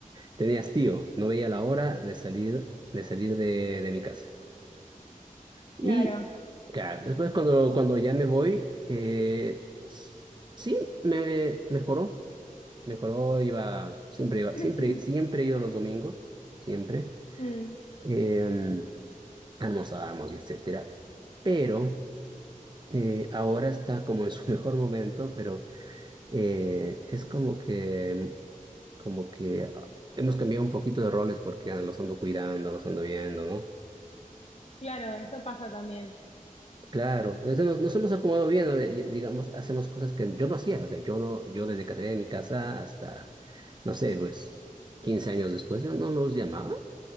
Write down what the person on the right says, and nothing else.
tenía hastío, no veía la hora de salir, de salir de, de mi casa. Y
claro, después cuando, cuando ya me voy, eh, s- sí, me mejoró. Mejoró, iba, siempre iba,
siempre, siempre he ido los domingos, siempre.
Eh, almorzábamos y etcétera. Pero eh, ahora está como en su <laughs> mejor momento, pero eh, es como que, como que ah, hemos cambiado un poquito de roles porque ah, los ando cuidando, los ando viendo, ¿no?
Claro, desde nos, nos hemos acomodado bien, ¿no? De- digamos, hacemos cosas que yo no hacía, o sea, yo no, yo desde que salí de mi casa hasta, no sé, pues 15 años después, yo no los llamaba,